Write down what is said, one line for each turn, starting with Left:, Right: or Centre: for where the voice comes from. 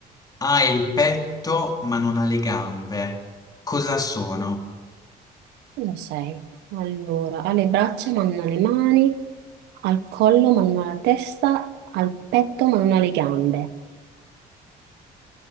Left: Ha il petto ma non ha le gambe. Cosa sono?
Right: Cosa sei? Allora, alle braccia ma non alle mani, al collo ma non alla testa, al petto ma non alle gambe.